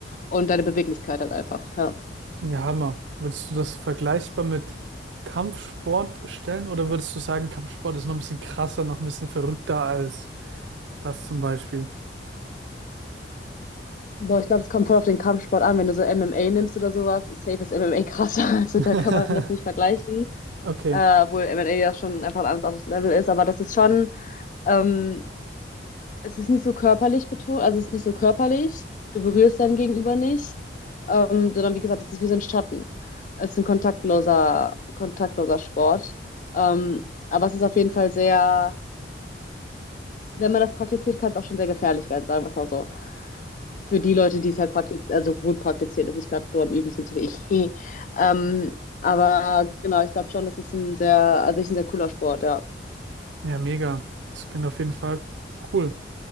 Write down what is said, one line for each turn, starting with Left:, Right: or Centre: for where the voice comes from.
Left: und deine Beweglichkeit halt einfach. Ja.
Right: ja, Hammer. Würdest du das vergleichbar mit Kampfsport stellen oder würdest du sagen, Kampfsport ist noch ein bisschen krasser, noch ein bisschen verrückter als das zum Beispiel?
Left: Boah, ich glaube, es kommt voll auf den Kampfsport an. Wenn du so MMA nimmst oder sowas, ist safe ist MMA <laughs> krasser. Also
Right: <laughs>
Left: da kann man das nicht vergleichen.
Right: Okay.
Left: Äh,
Right: <laughs>
Left: obwohl MMA ja schon einfach ein ganz anderes Level ist. Aber das ist schon, ähm, Es ist nicht so körperlich betont, also es ist nicht so körperlich. Du berührst dein Gegenüber nicht, ähm, sondern wie gesagt, es ist wie so ein Schatten. Es ist ein kontaktloser, kontaktloser Sport. Ähm, aber es ist auf jeden Fall sehr, wenn man das praktiziert, kann es auch schon sehr gefährlich werden, sagen wir es mal so. Für die Leute, die es halt praktiz also gut praktizieren, dass ich gerade nur am Üben sind, so wie ich. <laughs> Ähm, aber genau, ich glaube schon, das ist ein sehr, an sich ein sehr cooler Sport, ja.
Right: Ja, mega. Das klingt auf jeden Fall cool.